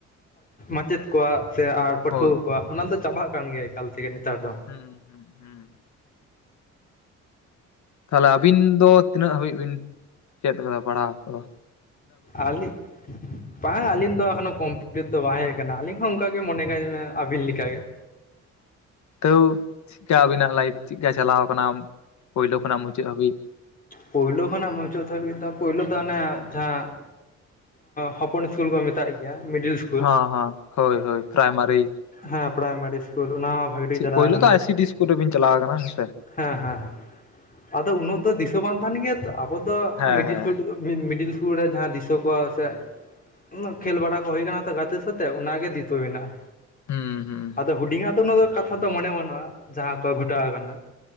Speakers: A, on the left (about 30°); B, on the left (about 70°).
A: ᱢᱟᱪᱮᱫ ᱠᱚᱣᱟᱜ ᱥᱮ ᱟᱨ ᱯᱟᱹᱴᱷᱩᱣᱟᱹ
B: ᱦᱳᱭ
A: ᱠᱩᱚᱣᱟᱜ ᱚᱱᱟ ᱫᱚ ᱪᱟᱵᱟᱜ ᱠᱟᱱ ᱜᱮᱭᱟ ᱮᱠᱟᱞ ᱛᱮ ᱜᱮ ᱱᱮᱛᱟᱨ ᱫᱚ ᱾
B: ᱦᱩᱸ ᱦᱩᱸ ᱦᱩᱸ ᱾ ᱛᱟᱦᱞᱮ ᱟᱵᱤᱱ ᱫᱚ ᱛᱤᱱᱟᱹᱜ ᱦᱟᱹᱵᱤᱡ ᱵᱤᱱ ᱪᱮᱫ ᱠᱟᱫᱟ ᱯᱟᱲᱦᱟᱣ ᱠᱩᱫᱚ?
A: ᱟᱞᱤ, ᱵᱟᱝ ᱟᱞᱤᱧ ᱫᱚ ᱮᱠᱷᱚᱱᱳ ᱠᱚᱢᱯᱤᱴ ᱫᱚ ᱵᱟᱝ ᱦᱮᱡ ᱠᱟᱱᱟ ᱟᱞᱤᱧ ᱦᱚᱸ ᱚᱱᱠᱟᱜᱮ ᱢᱚᱱᱮ ᱠᱟᱱᱟ ᱟᱵᱤᱱᱞᱤᱠᱟ ᱜᱮ ᱾
B: ᱛᱟᱹᱣ ᱪᱮᱫᱠᱟ ᱟᱵᱤᱱᱟᱜ ᱞᱟᱭᱤᱯᱷ ᱪᱮᱫᱠᱟ ᱪᱟᱞᱟᱣ ᱟᱠᱟᱱᱟ ᱯᱩᱭᱞᱳ ᱠᱷᱚᱱᱟᱜ ᱢᱩᱪᱟᱹᱫ ᱦᱟᱹᱵᱤᱡ ᱾
A: ᱯᱩᱭᱞᱳ ᱠᱷᱚᱱᱟᱜ ᱢᱩᱪᱟᱹᱫ ᱫᱷᱟᱹᱵᱤᱡ ᱯᱩᱭᱞᱳ ᱫᱚ ᱚᱱᱟ ᱡᱟᱦᱟᱸ ᱾ ᱦᱚᱯᱚᱱ ᱤᱥᱠᱩᱞ ᱠᱩ ᱢᱮᱛᱟᱜ ᱜᱮᱭᱟ ᱢᱤᱰᱤᱞ ᱾
B: ᱦᱳ ᱦᱳᱸ ᱦᱳᱭ ᱦᱳᱭ ᱯᱨᱟᱭᱢᱟᱨᱤ ᱾
A: ᱦᱮᱸ ᱯᱲᱟᱭᱢᱟᱨᱤᱥ ᱾ ᱠᱩᱞ ᱚᱱᱟ ᱦᱚᱸ ᱵᱷᱟᱜᱤ ᱴᱷᱤᱠ ᱪᱟᱞᱟᱣ
B: ᱯᱳᱭᱞᱳ
A: ᱠᱟᱱᱟ
B: ᱫᱚ ᱟᱭ ᱥᱤ ᱰᱤ ᱤᱥᱠᱩᱞ ᱨᱮᱵᱤᱱ ᱪᱟᱞᱟᱣ ᱟᱠᱟᱱᱟ ᱦᱮᱸᱥᱮ
A: ᱦᱮᱸ ᱦᱮᱸ ᱦ ᱾ ᱟᱫᱚ ᱩᱱᱟᱹᱜ ᱫᱚ ᱫᱤᱥᱟᱹ ᱵᱟᱝ ᱛᱟᱦᱮᱱ ᱜᱮᱭᱟ ᱛᱚ ᱟᱵᱩ ᱫᱚ
B: ᱦᱮᱸ
A: ᱢᱤᱰᱤᱞ
B: ᱦᱮᱸ
A: ᱠᱷᱪᱵ ᱾ ᱢᱤᱰᱤᱞ ᱤᱥᱠᱩᱞ ᱨᱮ ᱡᱟᱦᱟᱸ ᱫᱤᱥᱟᱹ ᱠᱩᱣᱟ ᱥᱮ ᱩᱱᱟᱹ ᱠᱷᱮᱞ ᱵᱟᱲᱟ ᱠᱩ ᱦᱩᱭ ᱠᱟᱱᱟ ᱛᱚ ᱜᱟᱛᱮ ᱥᱟᱶᱛᱮ ᱩᱱᱟᱜᱮ ᱫᱤᱥᱟᱹ ᱦᱮᱱᱟᱜᱼᱟ,
B: ᱦᱩᱸ ᱦᱩᱸ
A: ᱟᱫᱚ ᱦᱩᱰᱤᱧᱟᱜ ᱫᱚ ᱩᱱᱟᱜ ᱫᱚ ᱠᱟᱛᱷᱟ ᱫᱚ ᱢᱚᱱᱮ ᱵᱟᱱᱩᱜᱼᱟ ᱡᱟᱦᱟᱸ ᱠᱚ ᱜᱷᱚᱴᱟᱣ ᱠᱟᱱᱟ ᱾